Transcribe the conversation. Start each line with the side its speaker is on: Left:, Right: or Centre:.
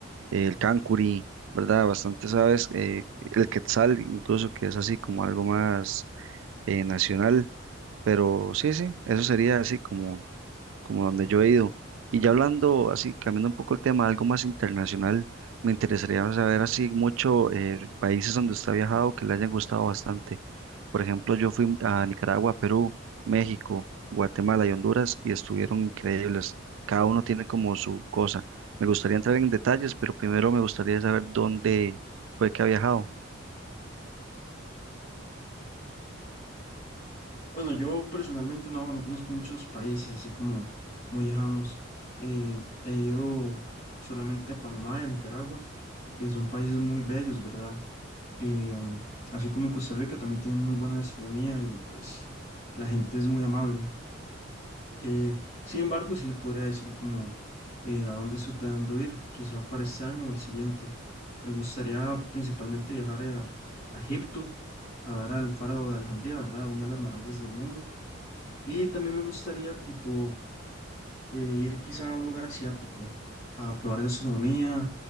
Right: el cancuri, ¿verdad? Bastantes aves, eh, el quetzal incluso, que es así como algo más eh, nacional, pero sí, sí, eso sería así como como donde yo he ido. Y ya hablando, así, cambiando un poco el tema, algo más internacional, me interesaría saber así mucho eh, países donde usted ha viajado que le hayan gustado bastante. Por ejemplo, yo fui a Nicaragua, Perú, México, Guatemala y Honduras y estuvieron increíbles. Cada uno tiene como su cosa. Me gustaría entrar en detalles, pero primero me gustaría saber dónde fue que ha viajado.
Left: Bueno, yo personalmente no, no conozco muchos países así como muy lejanos. Eh, he ido solamente a Panamá y a Nicaragua, que son países muy bellos, ¿verdad? Eh, um, así como en Costa Rica también tienen muy buena gastronomía y pues la gente es muy amable. Eh, sin embargo, sí le podría decir como eh, a dónde estoy planeando ir, quizá para este año o el siguiente. Me gustaría principalmente viajar a, a Egipto, a ver al faro de Alejandría, ¿verdad? Una de las maravillas del mundo. Y también me gustaría, tipo, eh, ir quizá a un lugar asiático, a probar gastronomía,